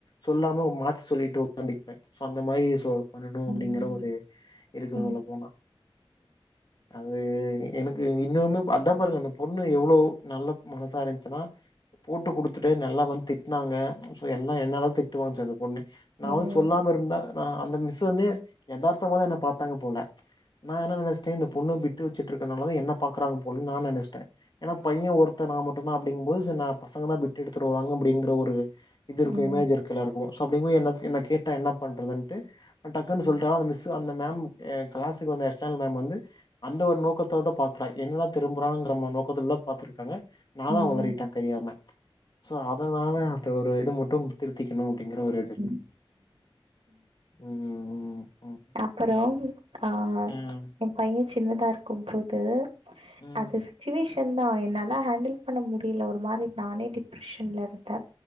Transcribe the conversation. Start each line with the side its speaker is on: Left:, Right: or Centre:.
Left: சொல்லாம மாத்தி சொல்லிட்டு உக்காந்துப்பே சோ அந்த மாரி பண்ணணு
Right: ம்,
Left: அப்படிங்கற ஒரு இருக்குது
Right: ம்,
Left: உள்ள போனா அது எனக்கு இன்னுமே அதா பாருங்க அந்த பொண்ணு எவ்வளவு நல்ல மனசா இருந்துச்சுன்னா போட்டு குடுத்துட்டு நல்லா வந்து திட்டனாங்க சோ எல்லா என்னால திட்டுவாங்ச்சு அந்த பொண்ணு நா
Right: ம்,
Left: வந்து சொல்லாம இருந்தா நா அந்த மிஸ்சு வந்து எதார்த்தமா தா என்ன பாத்தாங்க போல நா என்ன நெனச்சிட்டே இந்த பொன்னு பிட்டு வச்சுட்டு இருக்கனாலதா என்ன பக்கறாங்க போலா நா நெனச்சிட்டேன் என பைய ஒருத்த நா மட்டுந்தா அப்படிங்கும் போது நா பசங்க தா பிட்டு எடுத்து வருவாங்க அப்படிங்கிற ஒரு இது
Right: ம்,
Left: இருக்கு இமேஜ் இருக்குல சோ அப்படிங்கு போது என்ன கேட்ட என்ன பண்றதுண்டு டக்னு சொல்றா அந்த மிஸ்சு அந்த மேம் கிளாஸ்க்கு வந்த எக்ஸ்டெர்னல் மேம் வந்து அந்த ஒரு நோக்கத்தோட பாக்கல எங்கல்ல திரும்புறான்ங்கிற நோக்கத்தல தா பாத்துருப்பேன்னு நாதா
Right: ம்.
Left: ஒளறிட்டே தெரியாம சோ அதனால அது ஒரு இது மட்டு திருத்திக்கணு அப்படிங்கற ஒரு இது
Right: ம்
Left: ம் ம்,
Right: அப்பற
Left: ம்,
Right: ஆ
Left: ம்,
Right: ஏ பைய சின்னதா இருக்கும்போது
Left: ம்,
Right: அது சுச்சுவேஷன் தா என்னா நா ஹேண்டில் பண்ண முடியல ஒரு மாரி நானே டிப்ரெஷன்ல இருந்தே